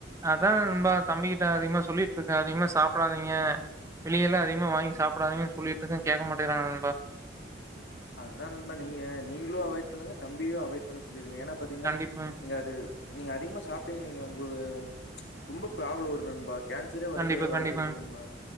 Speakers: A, on the right; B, on the left.
A: அதா நண்பா தம்பிகிட்ட அதிக்மா சொல்லிட்ருக்கே அதிக்மா சாப்டாதீங்க வெளியெல்லா அதிகமா வாய்ங் சாப்டாதீங்க சொல்லிட்ருக்கே கேக்க மாட்டேன்றாங்க நண்பா
B: அதான் நண்பா நீங்க நீங்ளு அவாய்ட் பண்ணுங்க தம்பியு அவாய்ட் பண்ண சொ ல்லிருங்க ஏனா பாத்தீங்ன்னா
A: கண்டிப்பா
B: நீங்க அது நீங்க அதிக்மா சாப் இப்பே இருந்து நீங்க உங்ளுகு ச்ச் ரொம்போ ப்ராப்ளோ வரு நண்பா கேன்சரே வரக்கு
A: கண்டிப்பா
B: வாய்ப்பு
A: கண்டிப்பா
B: இருக்கு நண்பா